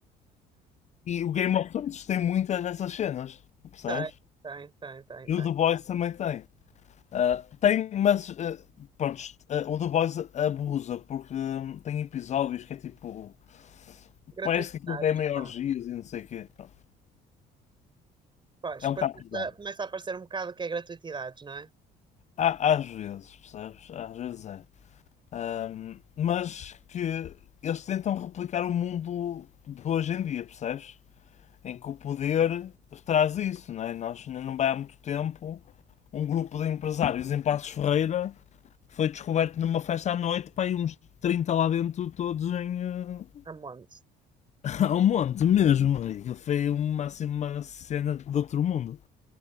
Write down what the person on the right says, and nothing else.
Tem, tem, tem, tem,
tem.
Gratuitidades.
pá.
Pois,
depois
começa começa a aparecer um bocado o que é gratuitidades, não é?
A monte.